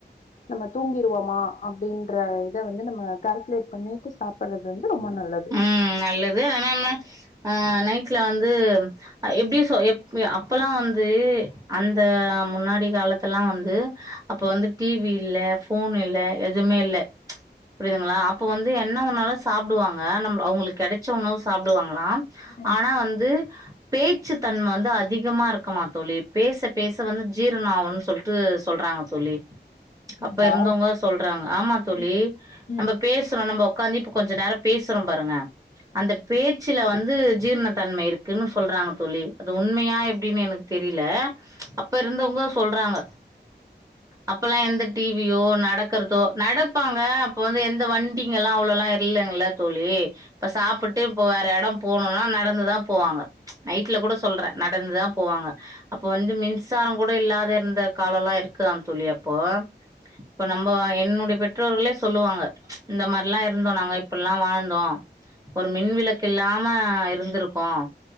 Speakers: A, on the left (about 45°); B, on the right (about 20°).
A: நம்ம தூங்கிருவோமா அப்படின்ற இத வந்து நம்ம கால்குலேட் பண்ணிட்டு சாப்பிடுறது வந்து ரொம்ப நல்லது
B: ம் நல்லது ஆன என்ன ஆ நைட்டில வந்து எப்படி சொ எப் அப்பல்லாம் வந்து அந்த முன்னாடி காலத்தலாம் வந்து அப்ப
A: ம்
B: வந்து டி வி இல்ல ஃபோன் இல்ல எதுவுமே இல்ல புரியுதுங்களா அப்ப வந்து என் எல்லாம் ஒன்னா தான் சாப்டுவாங்க அவுங்களுக்கு கெடைச்ச உணவு சாப்பிடுவாங்களாம்
A: ம்
B: ஆனா வந்து பேச்சு தன்மை வந்து அதிகமா இருக்குமா தோழி பேச பேச வந்து ஜீரணம் ஆவும்னு சொல்லிட்டு சொல்றாங்க தோழி
A: அப்டிங்களா
B: அப்ப இருந்தவங்க சொல்றாங்க ஆமா தோழி
A: ம் ம்
B: நம்ம பேசுரோம் நம்ம உட்காந்து இப்ப கொஞ்ச நேரம் பேசுறோம் பாருங்க
A: ம்
B: அந்த
A: ம்
B: பேச்சுல வந்து ஜீர்ணத்தன்மை இருக்குன்னு சொல்றாங்க தோழி அது உண்மையா எப்படின்னு எனக்கு தெரியல அப்ப இருந்தவங்க சொல்றாங்க அப்பல்லாம் எந்த டி வி யோ நடக்கிறதோ நடப்பாங்க அப்ப வந்து எந்த வண்டிங்க எல்லாம் அவ்வளோல்லாம் இல்லைங்கள தோழி இப்ப சாப்பிட்டு இப்ப வேற இடம் போனும்னா நடந்துதான் போவாங்க நைட்ல கூட சொல்றேன் நடந்துதான் போவாங்க அப்போ வந்து மின்சாரம் கூட இல்லாத இருந்த காலம்லாம் இருக்கு இருக்கிறான் தோழி அப்போ இப்ப நம்மோ என் உன்னுடைய பெற்றோர்களே சொல்லுவாங்க இந்த மாதிரியலா இருந்தோம் நாங்க எல்லாம் வாழ்ந்தோம் ஒரு மின்விளக்கு இல்லாம இருந்திருக்கோம்